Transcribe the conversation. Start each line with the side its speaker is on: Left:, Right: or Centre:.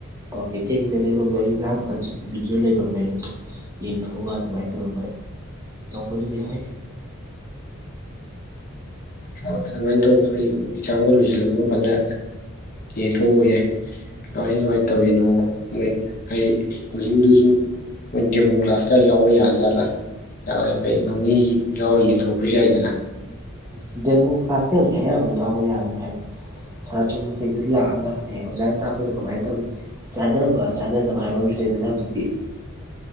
Right: ꯀ꯭ꯋꯥꯀꯩꯊꯦꯜꯒꯤꯗ ꯂꯩꯕ ꯃꯩꯔꯥ ꯀꯥꯟꯆꯤꯄꯨꯨꯔꯒꯤꯗ ꯂꯩꯕ ꯃꯩ ꯑꯗꯣ ꯌꯦꯡꯊꯣꯛꯑꯒ ꯑꯗꯨꯃꯥꯏꯟ ꯇꯧꯔꯒ ꯇꯧꯕꯅꯗꯤ ꯐꯩ꯫
Left: ꯍꯣꯏ ꯑꯗꯨꯃꯥꯏꯅ ꯇꯧꯕ ꯑꯩ ꯑꯦꯛꯖꯥꯝꯒ ꯂꯣꯏꯁꯤꯜꯂꯝꯃ ꯀꯥꯟꯗ ꯌꯦꯡꯊꯣꯛꯎꯕ ꯌꯥꯏ꯫ ꯀꯃꯥꯏ ꯀꯃꯥꯏꯟ ꯇꯧꯔꯤꯅꯣ ꯃꯣꯏ ꯍꯥꯏ ꯀꯣꯆꯤꯡꯗꯨꯁꯨ ꯃꯣꯏ ꯗꯦꯃꯣ ꯀ꯭ꯂꯥꯁ ꯀ ꯌꯥꯎꯕ ꯌꯥ ꯖꯥꯠꯂꯥ ꯌꯥꯎꯔꯦ ꯍꯩ ꯅꯣ ꯃꯤ ꯌꯥꯎꯔ ꯌꯦꯡꯊꯣꯛ ꯑꯣꯐꯤꯁꯨ ꯌꯥꯢꯗꯅ
Right: ꯎꯝ ꯗꯦꯃꯣ ꯀ꯭ꯂꯥꯁꯇꯤ ꯍꯧꯖꯤꯛ ꯑꯌꯥꯝꯕ ꯌꯥꯎꯕ ꯌꯥꯕꯅꯤ ꯍꯥꯏꯗꯤ ꯁꯥꯇ꯭ꯔ ꯃꯈꯩꯗꯨ ꯂꯥꯛꯑꯒ ꯑꯦ ꯑꯣꯖꯥꯅ ꯇꯥꯛꯄꯗꯨ ꯀꯃꯥꯏꯟ ꯇꯧꯋꯤ ꯆꯥꯟꯅꯕ ꯆꯥꯅꯗꯕ ꯍꯥꯏꯕ ꯑꯃꯁꯨ ꯂꯩꯗꯅ ꯍꯧꯖꯤꯛꯇꯤ꯫